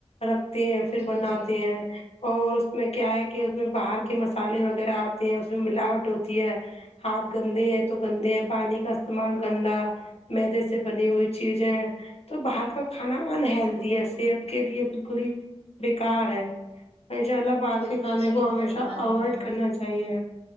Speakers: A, on the left; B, on the right.
A: رکھتے ہیں پھر
B: جی
A: بناتے
B: جی
A: ہیں اور اس میں کیا ہے کہ اس میں باہر کے مسالے وغیرہ آتے ہیں اس میں ملاوٹ ہوتی ہے ہاتھ گندے ہے تو گندے ہیں پانی کا استعمال گندا مدے سے بنی ہوئی چیزیں تو باہر کا کھانا انہلدی ہے صحت کے لیے بالکل ہی بیکار ہے انشاء اللہ باہر
B: بالکل
A: کے کھانے
B: صحیح
A: کو ہمیشہ
B: فرما
A: اوائڈ
B: رہی ہیں آپ
A: کرنا چاہیے